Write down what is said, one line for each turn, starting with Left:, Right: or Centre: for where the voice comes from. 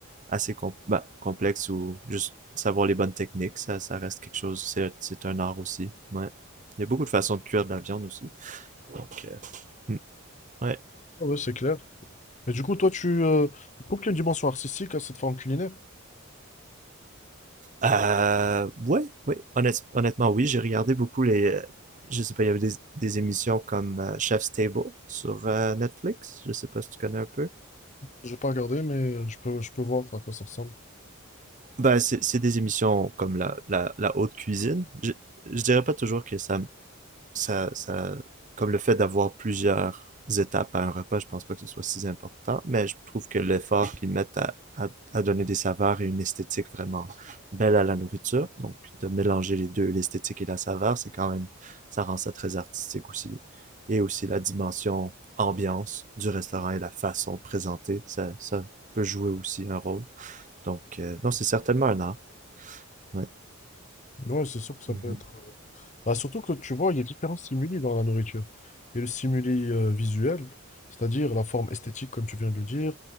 Right: assez com- bah, complexe ou juste savoir les bonnes techniques, ça, ça reste quelque chose, c'est, c'est un art aussi, ouais. Il y a beaucoup de façons de cuire de la viande aussi, donc, euh, hmm, ouais.
Left: Ah Ouais, c'est clair. Et du coup, toi, tu, euh, tu trouves qu'il y a une dimension artistique à cette forme culinaire?
Right: Euh, ouais, ouais, honnête- honnêtement, oui, j'ai regardé beaucoup les, euh, je sais pas, il y avait des, des émissions comme euh, Chef's Table sur euh, Netflix, je sais pas si tu connais un peu.
Left: J'ai pas regardé, mais euh, je peux, je peux voir à quoi ça ressemble.
Right: Ben, c'est c'est des émissions comme la, la, la haute cuisine. Je, je dirais pas toujours que ça, ça, ça, comme le fait d'avoir plusieurs étapes à un repas, je pense pas que ce soit si important, mais je trouve que l'effort qu'ils mettent à, à, à donner des saveurs et une esthétique vraiment belle à la nourriture, donc de mélanger les deux, l'esthétique et la saveur, c'est quand même, ça rend ça très artistique aussi. Et aussi la dimension ambiance du restaurant et la façon de présenter, ça, ça peut jouer aussi un rôle. Donc, euh, non, c'est certainement un art. Ouais.
Left: Ouais, c'est sûr que ça
Right: Mhm.
Left: peut être. Bah, surtout que tu vois, il y a différents stimuli dans la nourriture. Il y a le stimuli euh, visuel, c'est-à-dire la forme esthétique, comme tu viens de le dire.